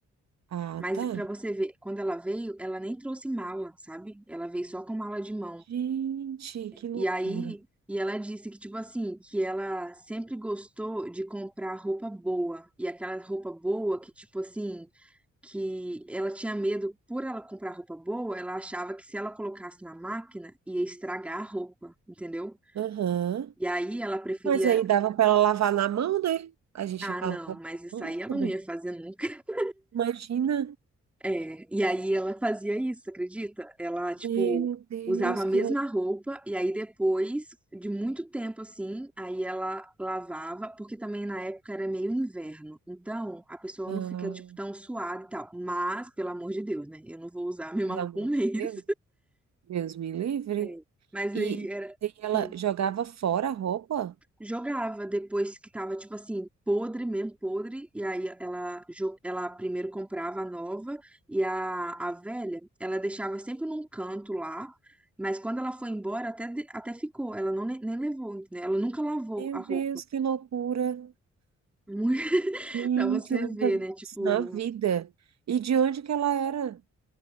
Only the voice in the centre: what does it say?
Mas
pra você ver, quando ela veio, ela nem trouxe mala, sabe? Ela veio só com mala de mão.
E aí, e ela disse que, tipo assim, que ela sempre gostou de comprar roupa boa. E aquela roupa boa que, tipo assim, que ela tinha medo, por ela comprar roupa boa, ela achava que se ela colocasse na máquina, ia estragar a roupa, entendeu?
E aí ela preferia,
ah, não,
mas isso
aí ela
não ia fazer nunca. <laughs>
É, e aí ela fazia isso, acredita? Ela, tipo,
usava a mesma
roupa e aí depois de muito tempo assim, aí ela lavava, porque também na época era meio inverno. Então, a pessoa
não fica tipo tão suada e tal. Mas, pelo amor de Deus, né? Eu não vou usar a mesma
roupa
um <laughs> mês.
É, Mas
aí era.
hum,
Jogava depois que tava, tipo assim, podre mesmo, podre. E aí ela, jo- ela primeiro comprava a nova e a, a velha, ela deixava sempre num canto lá. Mas quando ela foi embora, até, de- até ficou. Ela não, le- nem levou, entendeu? Ela nunca lavou
a roupa.
<laughs>
Muito-
Pra você
ver,
né? Tipo,